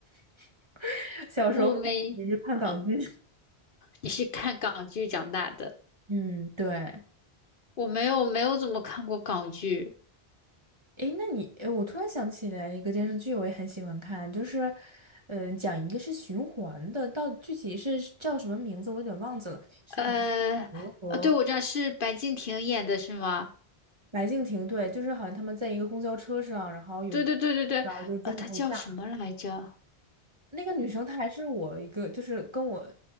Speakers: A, on the right (about 25°); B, on the left (about 55°).
A: <laughs> 小时候也是看港剧，
B: 我没。啊你是看港剧长大的？
A: <laughs> 嗯，对。
B: 我没有没有怎么看过港剧。
A: 诶，那你，诶，我突然想起来一个电视剧，我也很喜欢看，就是，嗯、讲一个是循环的，到具体是叫什么名字，我有点忘记了，是百
B: 呃，
A: 合和
B: 呃，对，我知道是白敬亭演的是吗？
A: 白敬亭，对，就是好像他们在一个公交车上，然后有一个，
B: 对对对对对，
A: 然后就经常会炸。
B: 呃，他叫什么来着？
A: 那个女生她还是我一个，就是跟我，